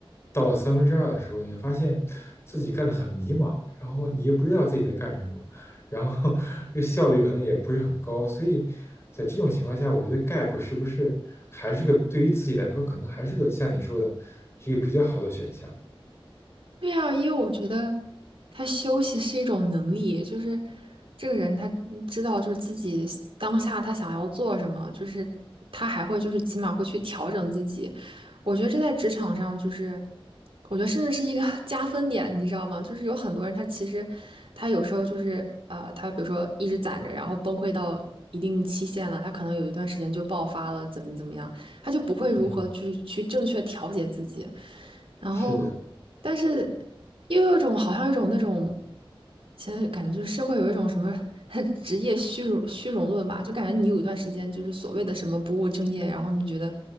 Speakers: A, on the left (about 25°); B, on the right (about 70°).
A: 到了三分之二的时候，你会发现自己干得很迷茫，然后你也不知道自己在干什么，然后 <laughs> 这个效率可能也不是很高。所以在这种情况下，我觉得 gap 是不是还是个对于自己来说，可能还是个像你说的，一个比较好的选项。
B: 对啊，因为我觉得他休息是一种能力，就是这个人他知道就是自己当下他想要做什么，就是他还会就是起码会去调整自己。我觉得这在职场上就是，我觉得甚至是一个 <laughs> 加分点，你知道吗？就是有很多人他其实他有时候就是呃，他比如说一直攒着，然后崩溃到一定期限了，他可能有一段时间就爆发了，怎么怎么样。他就不会如何去去正确调节自己。
A: 嗯，
B: 然后，
A: 是的，
B: 但是又有一种好像有一种那种，现在感觉就是社会有一种什么 <laughs> 职业虚荣虚荣论吧，就感觉你有一段时间就是所谓的什么不务正业，然后你觉得